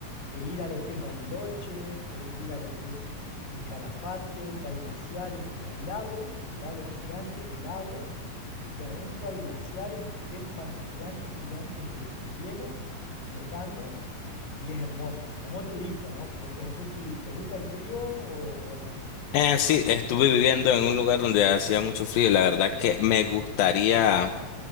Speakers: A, on the left (about 70°); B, on the left (about 85°).
A: e ir a lo que es Bariloche, podés ir a lo que es el Calafate, que hay glaciares, hay lagos, lagos gigantes, helados, y adentro hay glaciares, témpanos gigantes, gigantes de, de hielo flotando, y es hermoso, como turista, ¿no? Porque no sé si te gusta el frío o, o no.
B: Eh, sí, estuve viviendo en un lugar donde hacía mucho frío y la verdad que me gustaría